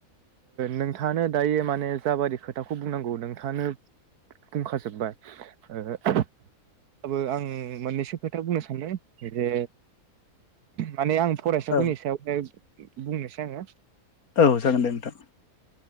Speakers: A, on the right; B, on the left.
A: नोंथाङानो दायो माने जाबादि खोथाखौ बुंनांगौ नोंथाङानो बुंखाजोबबाय ओ ब्लाबो आं मोननैसो खोथा बुंनो सानदों जे माने आं फरायसाफोरनि
B: औ
A: सायावहाय। बुंनोसै आङो।
B: औ जागोन दे नोंथां।